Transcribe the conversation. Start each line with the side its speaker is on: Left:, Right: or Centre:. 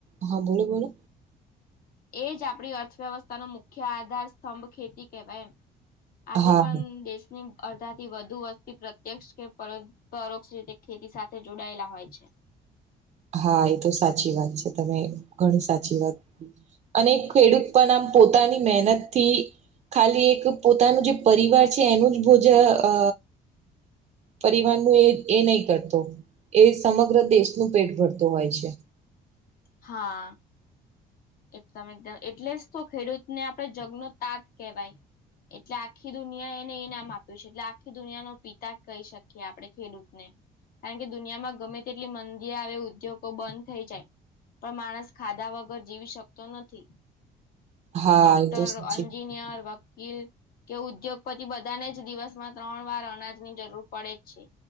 Right: હા બોલો બોલો
Left: એ જ આપણી અર્થવ્યવસ્થાનો મુખ્ય આધાર સ્તંભ ખેતી કહેવાય એમ આજે
Right: હા
Left: પણ દેશની અડધાથી વધુ વસ્તી પ્રત્યક્ષ કે પર પરોક્ષ રીતે ખેતી સાથે જોડાયેલા હોય છે
Right: હા, એ તો સાચી વાત છે તમે ઘણી સાચી વાત અને ખેડૂત પણ આમ પોતાની મહેનત થી ખાલી એક પોતાનું જે પરિવાર છે એનું જ ભોજન અ પરિવારનું એ એ ન‌ઈ કરતો એ સમગ્ર દેશનું પેટ ભરતો હોય છે.
Left: હા. એકદમ એકદમ. એટલે જ તો ખેડુતને આપણે જગનો તાત કહેવાય. એટલે આખી દુનિયાએ એને એ નામ આપ્યું છે. એટલે આખી દુનિયાનો પિતા કહી શકીએ આપણે ખેડુતને. કારણ કે, દુનિયામાં ગમે તેટલી મંદી આવે ઉદ્યોગો બંધ થઈ જાય પણ માણસ ખાધા વગર જીવી શકતો નથી.
Right: હા
Left: ડોક્ટર,
Right: એ તો સાચી
Left: અન્જિનિયર, વકીલ કે ઉદ્યોગપતિ બધાને જ દિવસમાં ત્રણવાર અનાજની જરૂર પડે જ છે.